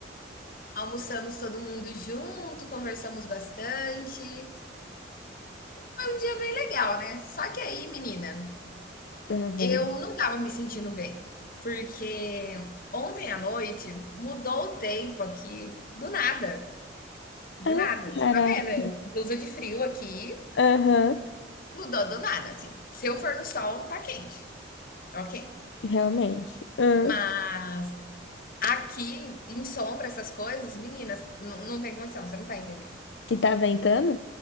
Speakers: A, on the left; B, on the left.
A: Almoçamos todo mundo junto, conversamos bastante. Foi um dia bem legal, né? Só que aí, menina,
B: Tá vendo?
A: eu não estava me sentindo bem, porque ontem à noite mudou o tempo aqui do nada. Do
B: Ah,
A: nada,
B: caraca.
A: você tá vendo? Eu com blusa de frio aqui.
B: Aham,
A: Mudou do nada, assim. Se eu for no sol, tá quente. Ok.
B: realmente. Ah.
A: Mas aqui, em sombra, essas coisas, meninas, n- não tem condição, você não tá entendendo.
B: E tá ventando?